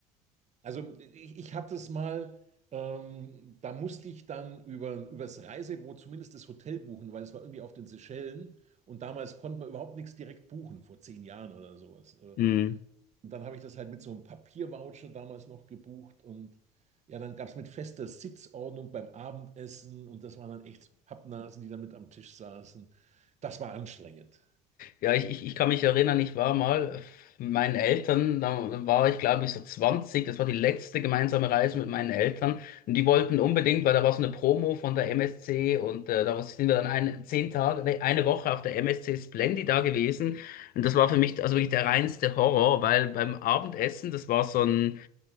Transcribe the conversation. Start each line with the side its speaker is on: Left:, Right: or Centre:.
Right: Also ich, ich hatte es mal, ähm, da musste ich dann über, übers Reisebüro zumindest das Hotel buchen, weil es war irgendwie auf den Seychellen und damals konnte man überhaupt nichts direkt buchen, vor zehn Jahren oder sowas. Äh,
Left: Mhm.
Right: Und dann habe ich das halt mit so einem Papiervoucher damals noch gebucht und ja, dann gab es mit fester Sitzordnung beim Abendessen und das waren dann echt so Pappnasen, die da mit am Tisch saßen. Das war anstrengend.
Left: Ja, ich, ich, ich kann mich erinnern, ich war mal mit meinen Eltern, da war ich glaube ich so 20. das war die letzte gemeinsame Reise mit meinen Eltern und die wollten unbedingt, weil da war so eine Promo von der MSC und äh, da sind wir dann eine, zehn Tage, nee, eine Woche auf der MSC Splendid da gewesen und das war für mich also wirklich der reinste Horror, weil beim Abendessen, das war so ein,